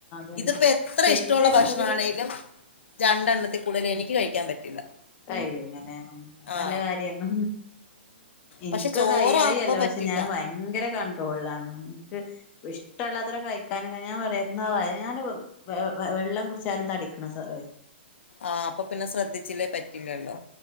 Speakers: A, on the left; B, on the left.
A: തന്നെ
B: ഇതിപ്പോ എത്ര
A: ശരിക്ക്
B: ഇഷ്ടമുള്ള ഭക്ഷണമാണേലും
A: ഒര്
B: രണ്ടെണ്ണത്തിൽ കൂടുതൽ എനിക്ക് കഴിക്കാൻ പറ്റില്ല.
A: കഴിയെങ്ങനെ അത്
B: ആ
A: നല്ല കാര്യാണ് ഇൻക്ക്
B: പക്ഷെ ചോറാകുമ്പോ
A: കഴിയായല്ല
B: പറ്റില്ല
A: പക്ഷെ ഞാൻ ഭയങ്കര കണ്ട്രോളിലാ. എനിക്ക് ഇഷ്ടള്ളത്ര കഴിക്കാൻ ഞാൻ പറിം എന്നാ ഞാൻ വെള്ളം കുടി ചാലും തടിക്ക്ണ സ്വ
B: ആഹ് അപ്പൊ പിന്നെ ശ്രദ്ധിച്ചില്ലേ പറ്റില്ലല്ലോ